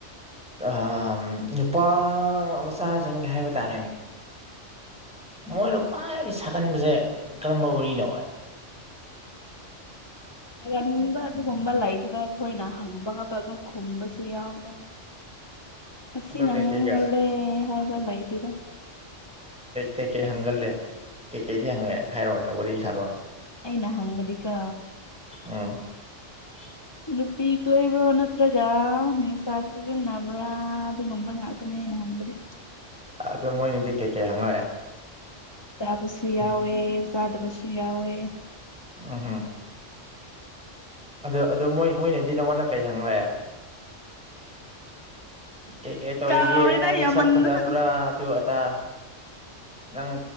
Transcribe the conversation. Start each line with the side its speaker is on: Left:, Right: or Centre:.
Centre: ꯑꯥ ꯅꯨꯄꯥ ꯃꯆꯥꯁꯤꯡ ꯍꯥꯏꯕ ꯇꯥꯔꯦꯅꯦ ꯃꯣꯏꯅ ꯈ꯭ꯋꯥꯏ ꯁꯥꯒꯟꯕꯁꯦ ꯀꯔꯝꯕ ꯋꯥꯔꯤꯅ ꯑꫭꯏ
Left: ꯂꯝꯗ ꯑꯗꯨꯒꯨꯝꯕ ꯂꯩꯗꯦꯗ ꯑꯩꯈꯣꯏꯅ ꯍꯪꯕ ꯈꯛꯇ ꯑꯗꯨꯝ ꯈꯨꯝꯕꯁꯨ ꯌꯥꯎꯔꯦ ꯑꯁꯤꯅ
Centre: ꯑꯗꯣ ꯀꯩꯀꯩꯒ
Left: ꯉꯪꯒꯜꯂꯦ ꯍꯥꯏꯕ ꯂꯩꯇꯦꯗ
Centre: ꯀꯩꯀꯩ ꯍꯪꯒꯜꯂꯦ ꯀꯩꯀꯩꯗꯤ ꯍꯪꯉꯛꯑꯦ ꯍꯥꯏꯔꯣꯅꯦ ꯋꯥꯔꯤ ꯁꯥꯔꯣꯅꯦ
Left: ꯑꯩꯅ ꯍꯪꯕꯗꯤꯀꯣ
Centre: ꯎꯝ <inaudible>
Left: ꯅꯨꯄꯤ ꯀꯣꯏꯕ꯭ꯔꯣ ꯅꯠꯇ꯭ꯔꯒ ꯅꯤꯁꯥ ꯁꯤꯖꯤꯟꯅꯕ꯭ꯔꯥ ꯑꯗꯨꯒꯝꯕ ꯉꯥꯛ ꯄꯅꯦ ꯑꯩꯅ ꯍꯪꯕꯗꯤ
Centre: ꯑꯗꯣ ꯃꯣꯏꯅꯗꯤ ꯀꯩꯀꯩ ꯍꯪꯉꯛꯑꯦ
Left: ꯆꯥꯕꯁꯨ ꯌꯥꯎꯋꯦ
Centre: ꯎꯝ
Left: ꯆꯥꯗꯕꯁꯨ ꯌꯥꯎꯋꯦ
Centre: ꯎꯝ ꯑꯗꯨ ꯑꯗꯨ ꯃꯣꯏ ꯃꯣꯏꯅꯗꯤ ꯅꯪꯉꯣꯟꯗ ꯀꯩ ꯍꯪꯂꯦ ꯀꯩꯀꯩ ꯇꯧꯔꯤꯒꯦ
Left: ꯀꯥꯎꯔꯦꯗ
Centre: ꯅꯪ
Left: ꯌꯥꯝꯃꯟꯗꯅ
Centre: ꯁꯛ ꯐꯖꯕ꯭ꯔꯥ ꯑꯗꯨ ꯑꯗꯥ ꯅꯪ